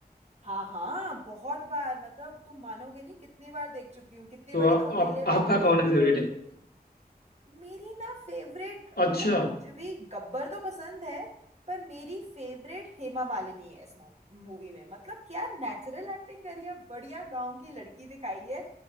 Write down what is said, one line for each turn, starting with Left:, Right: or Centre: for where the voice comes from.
Right: हाँ हाँ बहुत बार मतलब तुम मानोगे नहीं कितनी बार देख चुकी हूँ कितनी
Left: तो
Right: बारी
Left: आप,
Right: तो अकेले
Left: आप
Right: बैठ
Left: आपका
Right: के देखी
Left: कौन है फेवरेट
Right: है
Left: इसमें
Right: मेरी ना फेवरेट
Left: अच्छा
Right: मतलब मुझे भी गब्बर तो पसंद है पर मेरी फेवरेट हेमा मालिनी है इस मूवी में मतलब क्या नेचुरल एक्टिंग करी है बढ़िया गांव की लड़की दिखाई है